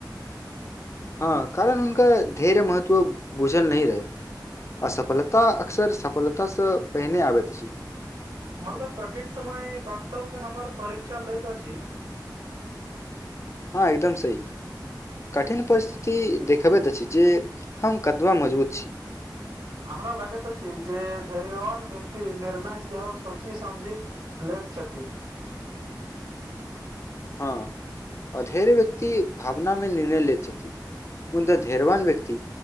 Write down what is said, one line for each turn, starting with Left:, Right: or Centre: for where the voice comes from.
Left: हँ कारण हुनका धैर्य महत्व बुझल नहि रहय असफलता अक्सर सफलतासँ पहिने आबैत अछि
Right: मतलब कठिन समय वास्तव मे हमर परीक्षा लैत अछि
Left: हँ एकदम सही कठिन परिस्थिति देखबैत अछि जे हम कतबा मजबूत छी
Right: हमरा लागैत अछि जे धैर्यवान व्यक्ति निर्णय सेहो सोची समझी लेैत छथि
Left: हँ अधेर व्यक्ति भावना मे निर्णय ले छथि मुद्दा धैर्यवान व्यक्ति